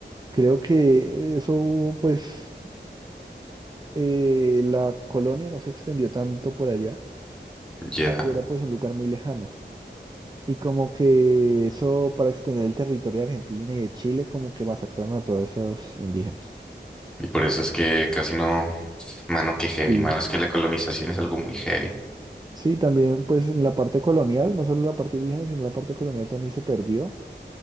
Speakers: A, on the right (about 25°); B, in the centre.
A: Creo que eso, pues, eh, la colonia no se extendió tanto por allá,
B: Ya.
A: porque era pues un lugar muy lejano. Y como que eso para extender el territorio de Argentina y de Chile, como que masacraron a todas esas indígenas.
B: Y por eso es que casi no... Mano, qué heavy,
A: Sí.
B: mano, es que la colonización es algo muy heavy.
A: Sí, también pues en la parte colonial, no solo la parte indígena, sino la parte colonial también se perdió